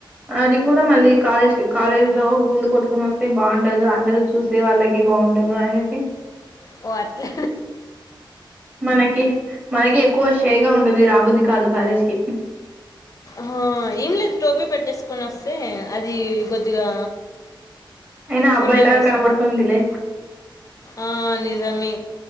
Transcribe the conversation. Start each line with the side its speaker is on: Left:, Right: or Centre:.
Right: అది కూడా మళ్ళీ కాలేజ్ కాలేజ్ లో గుండు కొట్టుకొని వస్తే బాగుండదు అందరు చూసే వాళ్ళ ఆ పిల్లకి బాగుండదు అనేసి
Left: ఓ అట్లే
Right: మనకి మనకి ఎక్కువ షై గా ఉంటుంది రాబుద్ది కాదు కాలేజ్ కి
Left: హా ఏం లేదు టోపీ పెట్టేసుకొని వస్తే అది కొద్దిగా
Right: అయినా అబ్బాయి
Left: ఫుల్
Right: లాగా కనపడుతుందిలే
Left: ఆ నిజమే